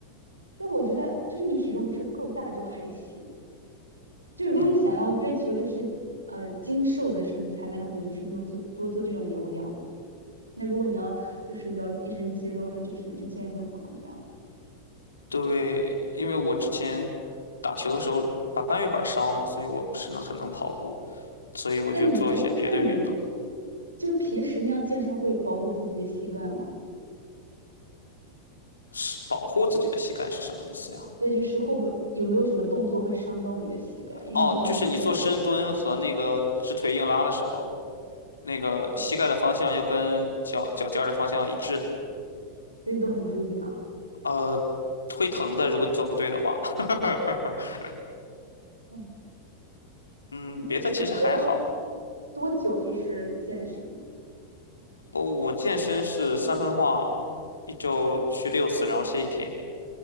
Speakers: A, on the right (about 80°); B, on the left (about 75°).
A: 但我觉得就是你体重不是够大就还行，就是如果你想要追求就是呃精瘦的身材，
B: 嗯，
A: 那肯定就是这种做多做这种有氧吧那如果你要就是要一身肌肉，那就只能去健身房这样。
B: 对，因为我之前打球的时候把半月板伤了，所以我不是能很能跑步，所以我就做一些别的运动，
A: 那你们哎，那你们就平时那样健身会保护自己的膝盖吗？
B: 是保护自己的膝盖是什么意思呀？
A: 对，就是会不会有没有什么动作会伤到你的膝盖？因为你不是说你半月板，
B: 哦，就是你做深蹲和那个直腿硬拉的时候，那个膝盖的方向要跟脚脚尖儿的方向一致。
A: 对，所以你都很注意吧？
B: 呃，会疼的，如果你做不对的话。<laughs>
A: 嗯，
B: 嗯，
A: 那你每周都
B: 别的其实还好，
A: 多久就是健身？
B: 哦，我健身是三分化，一周去六次，然后歇一天，